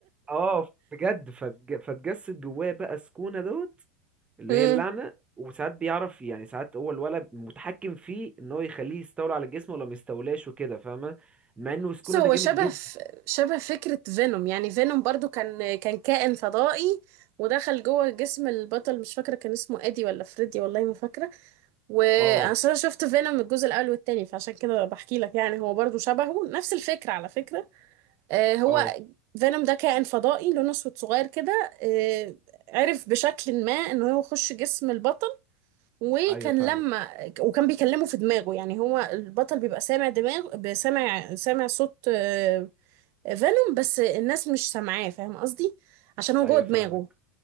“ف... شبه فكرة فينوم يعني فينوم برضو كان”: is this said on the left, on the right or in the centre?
Right